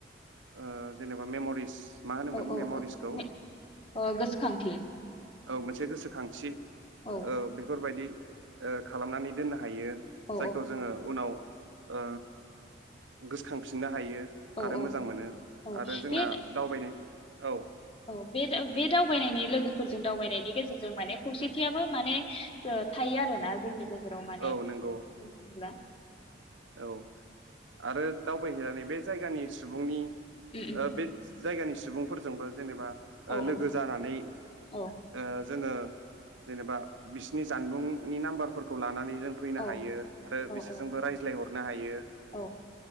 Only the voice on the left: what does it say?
औ औ
औ मे- अ गोसोखांथि
औ
औ
औ
औ
औ
बे
औ बे दावबायनायनि फोरजों दावबायनायनि गेजेरजों माने खौसेथियाबो माने थायो आरोना जोंनि गेजेराव माने
बुंनो थाङोब्ला
उम उम
औ
औ
औ
औ
औ
औ